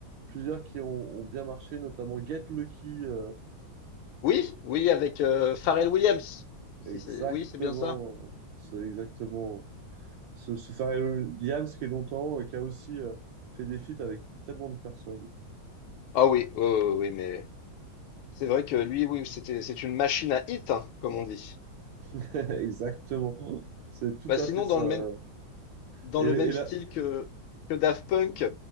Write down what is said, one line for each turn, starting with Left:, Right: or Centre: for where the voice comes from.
Right: plusieurs qui ont, ont bien marché, notamment Get Lucky. euh,
Left: Oui, oui, avec euh, Pharrell Williams. Si
Right: exactement,
Left: c'est, oui, c'est bien ça.
Right: euh, c'est exactement ce, ce Pharrell Williams qui est longtemps, euh, qui a aussi euh, fait des feats avec tellement de personnes.
Left: Ah oui, oui, oui, oui, oui, mais c'est vrai que lui, oui, c'était, c'est une machine à hit, hein, comme on dit.
Right: <laughs> Exactement, c'est tout
Left: Bah sinon,
Right: à fait ça.
Left: dans le même
Right: ouais.
Left: dans
Right: Et,
Left: le
Right: et
Left: même
Right: la-
Left: style que, que Daft Punk,